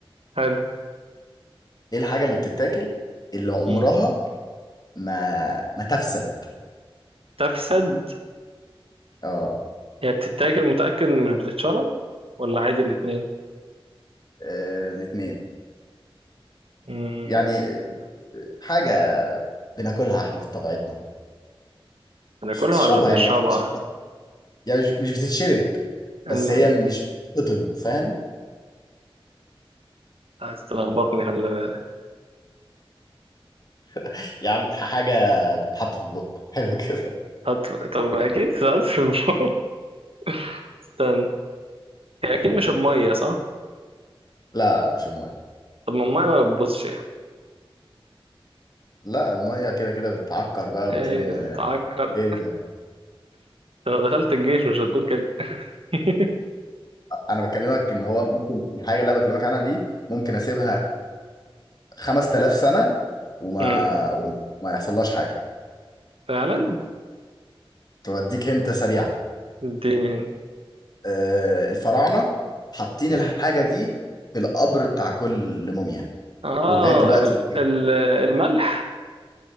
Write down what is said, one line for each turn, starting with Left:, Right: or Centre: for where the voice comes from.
Right: حلو
Left: ايه الحاجة اللي بتتاكل اللي عمرها
Right: مم.
Left: ما ما تفسد
Right: تفسد
Left: اه
Right: هي بتتاكل متأكد إن مش بتتشرب ولا عادي الاتنين
Left: آه، الاتنين
Right: مم،
Left: يعني آه، حاجة بناكلها احنا في طبيعتنا
Right: بناكلها
Left: مش بتشربها
Right: ولا بنشربها
Left: يعني ما تاخدش يعني مش مش بتتشرب بس
Right: الم-
Left: هي مش بتتقطم فاهم
Right: عايز تلخبطني خلي بالك
Left: <laughs> يعني حاجة بتتحط في البق <laughs> حلو كده
Right: هت... طب أكيد سألت في الموضوع. <laughs> استنى هي أكيد مش المية صح؟
Left: لا لا مش المية
Right: طب ما المية ما بتبصش يعني
Left: لا المية كده كده بتعكر بقى
Right: إيه
Left: وبتلم
Right: تعكر
Left: جري
Right: <laughs> أنت لو دخلت الجيش مش هتقول كده <laughs>
Left: انا بكلمك ان هو ممكن الحاجه اللي انا بكلمك عنها دي ممكن اسيبها 5000 سنه وما
Right: مم.
Left: وما يحصلهاش حاجه
Right: فعلا
Left: توديك هنت سريعه
Right: اديني هنا
Left: آه، الفراعنه حاطين
Right: مم.
Left: الحاجه دي في القبر بتاع كل موميا
Right: اه
Left: ولغايه دلوقتي
Right: ال
Left: <laughs>
Right: ال الملح